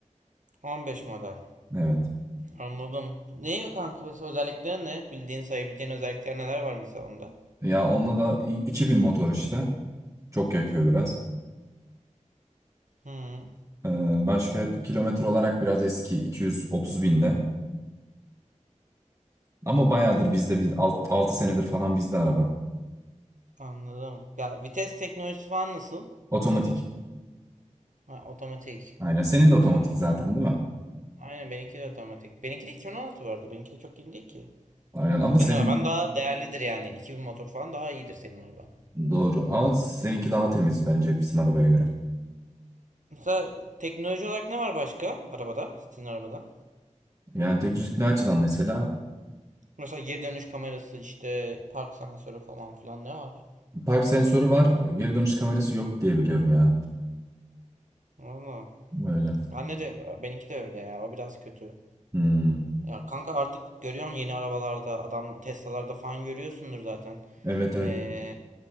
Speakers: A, on the right; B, on the right.
A: 15 model.
B: Evet.
A: Anladım. Ne kanka mesela özellikleri ne? Bildiğin sayabileceğin özellikler neler var mesela onda?
B: Ya onda da i- 2000 motor işte. Çok yakıyor biraz.
A: Hı.
B: Ee, başka kilometre olarak biraz eski 230 binde. Ama bayağıdır bizde biz 6 senedir falan bizde araba.
A: Anladım. Ya vites teknolojisi falan nasıl?
B: Otomatik.
A: Ha, otomatik.
B: Aynen. Senin de otomatik zaten
A: Anladım.
B: değil mi?
A: Aynen benimki de otomatik. Benimki de 2016 bu arada. Benimki de çok yeni değil ki.
B: Aynen ama
A: Senin
B: senin
A: araban daha değerlidir yani. iki bin motor falan daha iyidir senin araban.
B: doğru. Ama seninki daha temiz bence bizim arabaya göre.
A: Mesela teknoloji olarak ne var başka arabada? Sizin arabada?
B: Yani teknik ne açıdan mesela
A: Mesela geri dönüş kamerası işte park sensörü falan filan ne var?
B: park sensörü var, geri dönüş kamerası yok diye biliyorum ya.
A: Valla.
B: Böyle.
A: Bende de benimki de öyle ya. O biraz kötü.
B: Hmm.
A: Ya kanka artık görüyorsun yeni arabalarda adam Tesla'larda falan görüyorsundur zaten.
B: Evet
A: Ee,
B: evet.